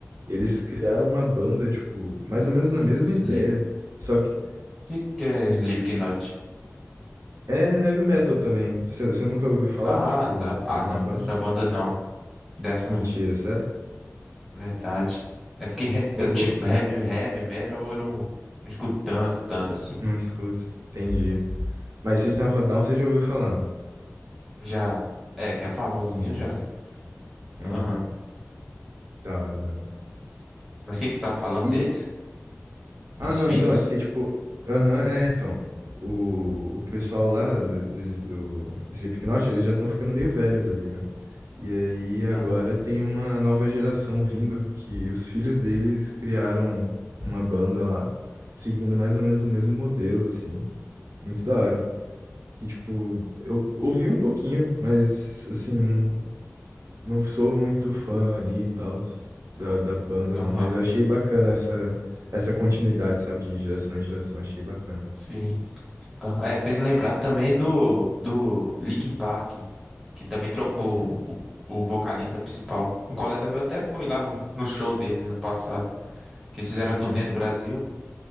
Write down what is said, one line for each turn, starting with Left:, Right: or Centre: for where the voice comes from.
Right: eles criaram uma banda, tipo, mais ou menos na mesma
Centre: Sleep,
Right: ideia. Só que
Centre: que que é Slipknot?
Right: é heavy metal também. Você nunca ouviu falar,
Centre: Ah,
Right: tipo,
Centre: tá. Ah,
Right: alguma
Centre: não,
Right: banda?
Centre: dessa banda não. Dessa
Right: Mentira,
Centre: não.
Right: sério?
Centre: Verdade. É porque, he-
Right: Ô,
Centre: eu, tipo,
Right: louco,
Centre: heavy,
Right: é,
Centre: heavy metal eu não, não escuto tanto, tanto assim.
Right: não escuto. Entendi. Mas System of a Down você já ouviu falar.
Centre: Já. É, que é famosinho
Right: Entendi.
Centre: já. Aham.
Right: Uhum. Da hora, da hora.
Centre: Mas o que, que você estava falando
Right: E,
Centre: deles? Dos
Right: Ah, não,
Centre: filhos?
Right: então, é porque, tipo, aham, é, então, o, o pessoal lá do, do, do Slipknot, eles já estão ficando meio velhos ali, né? E aí agora
Centre: Aham,
Right: tem uma nova geração vindo, que os filhos deles criaram uma banda lá, seguindo mais ou menos o mesmo modelo, assim, muito da hora. Que, tipo, eu ouvi um pouquinho, mas, assim, não, não sou muito fã ali e tal da, da banda,
Centre: aham,
Right: não, mas achei bacana essa, essa continuidade, sabe, de geração em geração, achei bacana.
Centre: sim. Aham. Ah, É, fez lembrar também do, do Linkin Park, que também trocou
Right: Hum.
Centre: o, o vocalista principal. Um colega meu até foi lá no, no show deles ano passado, que eles fizeram
Right: Hum, Uhum.
Centre: a turnê no Brasil.